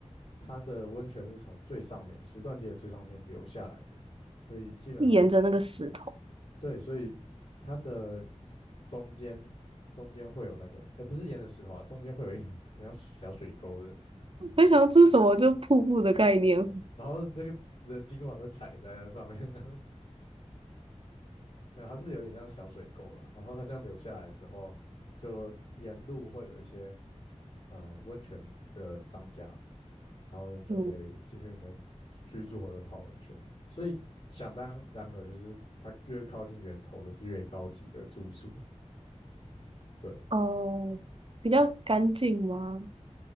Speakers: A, on the left (about 65°); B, on the right (about 50°).
A: 它的温泉是从最上面石段街的最上面流下来的，所以基本上是
B: 沿着那个石头，
A: 对，所以它的中间中间会有那个，哎，不是沿着石头啊，中间会有一个很像小水沟的，
B: <laughs> 没想到这是什么，
A: 对，
B: 就瀑布的概念。
A: 然后那个人经过还会踩在那上面，<laughs> 没有，它是有点像小水沟了。然后它这样流下来的时候，就沿路会有一些呃温泉的商家，然后呢就可以进去里面
B: 嗯，
A: 居住或者泡温泉。所以想当然个就是它越靠近源头的是越高级的住宿，对，
B: 哦，比较干净吗？